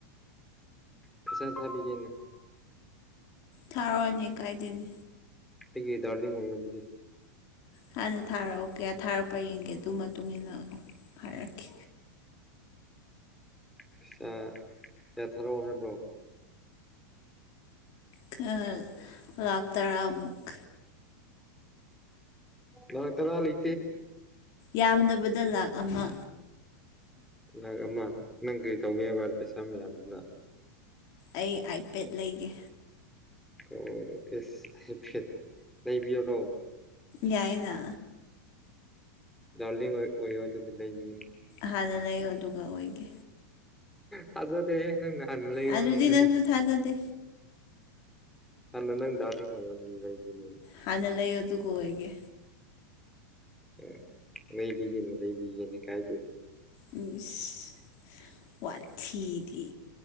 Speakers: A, in the centre; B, on the left (about 40°).
A: ꯄꯩꯁꯥ ꯊꯥꯕꯤꯒꯦꯅꯦ
B: ꯊꯥꯔꯛꯑꯣꯅꯦ ꯀꯥꯏꯗꯦꯅꯦ
A: ꯑꯩꯒꯤ ꯗꯥꯔꯂꯤꯡ ꯑꯣꯏꯌꯣ ꯑꯗꯨꯗꯤ
B: ꯍꯥꯟꯅ ꯊꯥꯔꯛꯑꯣ ꯀꯌꯥ ꯊꯥꯔꯛꯄ꯭ꯔ ꯌꯦꯡꯒꯦ ꯑꯗꯨ ꯃꯇꯨꯡ ꯏꯟꯅ ꯍꯥꯏꯔꯛꯀꯦ
A: ꯄꯩꯁꯥ ꯀꯌꯥ ꯊꯥꯔꯛꯑꯣ ꯍꯥꯏꯕ꯭ꯔꯣ
B: <unintelligible> ꯂꯥꯛ ꯇꯔꯥꯃꯨꯛ
A: ꯂꯥꯛ ꯇꯔꯥ ꯂꯩ
B: ꯌꯥꯝꯗꯕꯗ ꯂꯥꯥꯛ ꯑꯃ
A: ꯂꯥꯛ ꯑꯃ ꯅꯪ ꯀꯔꯤ ꯇꯧꯒꯦ ꯍꯥꯏꯕꯔ ꯄꯩꯁꯥ ꯃꯌꯥꯝꯗꯨꯅ
B: ꯑꯩ ꯑꯥꯏꯄꯦꯗ ꯂꯩꯒꯦ
A: ꯑꯣ ꯏꯁ ꯑꯥꯏꯄꯦꯗ ꯂꯩꯕꯤꯌꯨꯔꯣ
B: ꯌꯥꯏꯌꯦꯅ
A: ꯗꯔꯂꯤꯡ ꯑꯣꯏ ꯑꯣꯏꯌꯣ ꯑꯗꯨꯗꯤ ꯂꯩꯕꯤꯒꯅꯤ
B: ꯍꯥꯟꯅ ꯂꯩꯌꯣ ꯑꯗꯨꯒ ꯑꯣꯏꯒꯦ
A: ꯊꯥꯖꯗꯦꯍꯦ ꯅꯪꯅ ꯍꯥꯟꯅ ꯂꯩꯌꯣ
B: ꯑꯗꯨꯗꯤ
A: ꯍꯥꯏꯕꯗꯨꯗꯤ
B: ꯅꯪꯁꯨ ꯊꯥꯖꯗꯦ
A: ꯍꯥꯟꯅ ꯅꯪ ꯗꯔꯂꯤꯡ ꯑꯣꯏꯌꯣ ꯑꯗꯨꯗꯤ ꯂꯩꯕꯤꯅꯤꯅ
B: ꯍꯟꯅ ꯂꯩꯌꯣ ꯑꯗꯨꯒ ꯑꯣꯏꯒꯦ
A: <unintelligible> ꯂꯩꯕꯤꯒꯦꯅꯦ ꯂꯩꯕꯤꯒꯦꯅꯦ ꯀꯥꯏꯗꯦꯅꯦ
B: ꯎꯝꯏꯁ ꯋꯥꯊꯤꯗꯤ